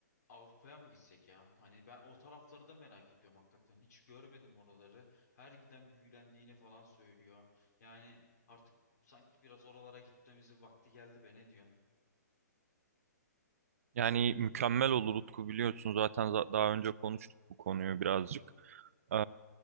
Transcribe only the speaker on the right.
Yani mükemmel olur Utku biliyorsun zaten za- daha önce konuştuk bu konuyu birazcık. Ee,